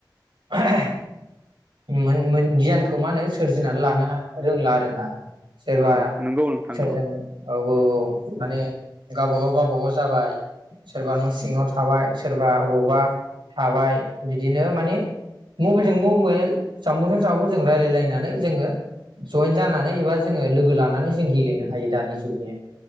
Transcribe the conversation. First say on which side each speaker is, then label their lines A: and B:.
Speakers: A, on the right (about 80°); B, on the right (about 20°).
A: <unintelligible> मोन मोन गियानखौ मा होनो सोरजिनानै लानो रोंला आरोना। सोरबा
B: औ
A: सोरजों
B: नंगौ नोंथां
A: औ
B: नंगौ
A: औ औ माने गावबागाव गावबाागाव जाबाय सोरबा न' सिङाव थाबाय सोरबा अबावबा थाबाय बिदिनो माने मबाइलजों मबेल जामबुंजों जामुजों जोङो रायलायलायनानै जोङो जइेन जानानै एबा जोङो लोगो लानानै जों गेलेनो हायो दानि जुगनि